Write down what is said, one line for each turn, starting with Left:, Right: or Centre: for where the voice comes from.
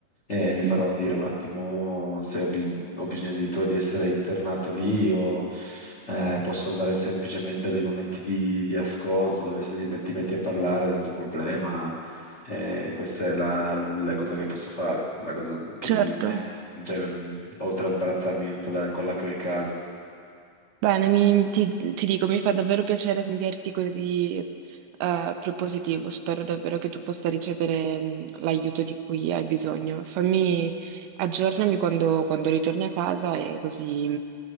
Left: E mi farò
Right: Mm,
Left: dire un attimo se ho, bi- ho bisogno addirittura di essere internato lì o eh, posso andare semplicemente a dei momenti di, di ascolto dove se si met- ti metti a parlare del tuo problema. eh, questa è la, la cosa che posso fare, la cosa che mi
Right: Certo.
Left: viene in mente, Cioè, mm, oltre a sbarazzarmi di tutta la colla che ho in casa.
Right: Bene, mi- ti, ti dico, mi fa davvero piacere sentirti così eh, propositivo. Spero davvero che tu possa ricevere mh, l'aiuto di cui hai bisogno. Fammi, aggiornami quando, quando ritorni a casa e così